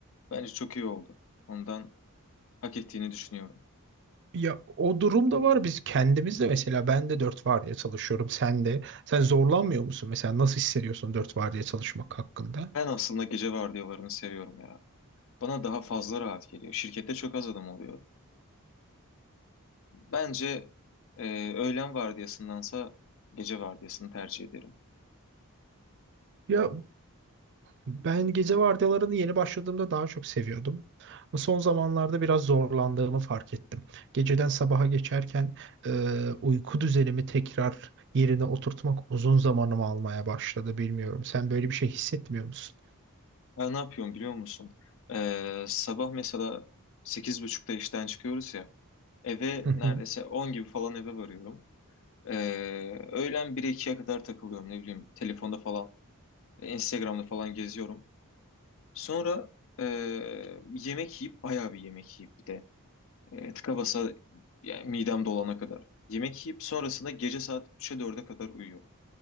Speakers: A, on the left (about 60°); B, on the right (about 55°).
A: bence çok iyi oldu. Ondan hak ettiğini düşünüyorum.
B: Ya o durum da var. Biz kendimiz de mesela ben de dört vardiya çalışıyorum. Sen de. Sen zorlanmıyor musun? Mesela nasıl hissediyorsun dört vardiya çalışmak hakkında?
A: Ben aslında gece vardiyalarını seviyorum ya. Bana daha fazla rahat geliyor. Şirkette çok az adam oluyor. Bence e, öğlen vardiyasındansa gece vardiyasını tercih ederim.
B: Ya ben gece vardiyalarını yeni başladığımda daha çok seviyordum. Ama Son zamanlarda biraz zorlandığımı fark ettim. Geceden sabaha geçerken e, uyku düzenimi tekrar yerine oturtmak uzun zamanımı almaya başladı. Bilmiyorum. Sen böyle bir şey hissetmiyor musun?
A: Ben ne yapıyorum biliyor musun? E, sabah mesela sekiz buçukta işten çıkıyoruz ya. Eve
B: Hı hı.
A: neredeyse 10 gibi falan eve varıyorum. E, öğlen 1 ikiye kadar takılıyorum ne bileyim. Telefonda falan, Instagram'da falan geziyorum. Sonra e, yemek yiyip bayağı bir yemek yiyip bir de. E, tıka basa yani midem dolana kadar. Yemek yiyip sonrasında gece saat 3'e dörde kadar uyuyorum.